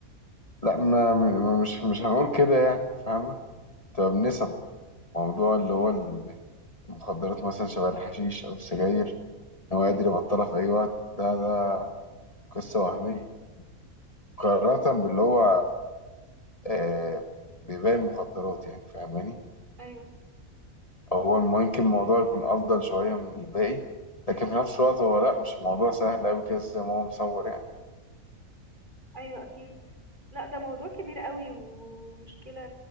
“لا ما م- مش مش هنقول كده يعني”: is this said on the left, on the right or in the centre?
Left